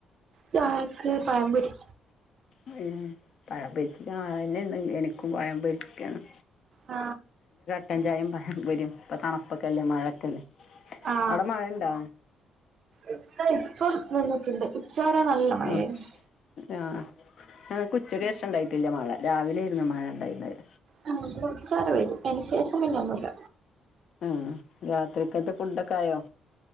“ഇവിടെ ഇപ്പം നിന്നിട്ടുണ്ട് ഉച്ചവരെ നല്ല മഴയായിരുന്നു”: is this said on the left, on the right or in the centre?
Right